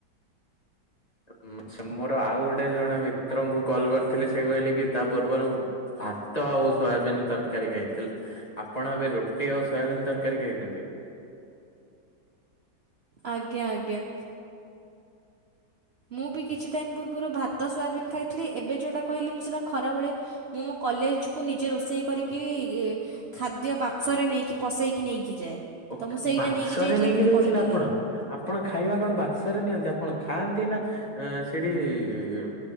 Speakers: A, on the left; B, on the right.
A: ଅଁ ମ ସ ମୋର ଆଉ ଗୋଟେ ଜଣେ ମିତ୍ରଙ୍କୁ କଲ କରିଥିଲି ସେ କହିଲେ କି ତା ପୂର୍ବରୁ ଭାତ ଆଉ ସୋୟାବିନ୍ ତରକାରୀ ଖାଇଥିଲେ ଆପଣ ଏବେ ରୁଟି ଆଉ ସୋୟାବିନ୍ ତରକାରୀ ଖାଇଛନ୍ତି?
B: ଆଜ୍ଞା ଆଜ୍ଞା। ମୁଁ ବି କିଛି ଟାଇମ ପୂର୍ବରୁ ଭାତ ସୋୟାବିନ୍ ଖାଇଥିଲି ଏବେ ଯୋଉଟା କହିଲି ମୁଁ ସେଟା ଖରାବେଳେ ମୁଁ ମୋ କଲେଜକୁ ନିଜେ ରୋଷେଇ କରିକି ଇ-ଇ ଖାଦ୍ୟ ବାକ୍ସରେ ନେଇକି ପସେଇକି ନେଇକି ଯାଏ।
A: ଓ
B: ତ ମୁଁ ସେଇଟା
A: ବାକ୍ସରେ
B: ଯାଇଥିଲି
A: ନେଇକି
B: ବୋଲି
A: ଯାଇଥିଲେ
B: କହିଦେଲି।
A: ଆପଣ? ଆପଣ ଖାଇବା କଣ ବାକ୍ସ ରେ ନିଅନ୍ତି ଆପଣ ଖାଆନ୍ତି ନା ଅଁ ଅଁ ସେଠି ଇ-ଇ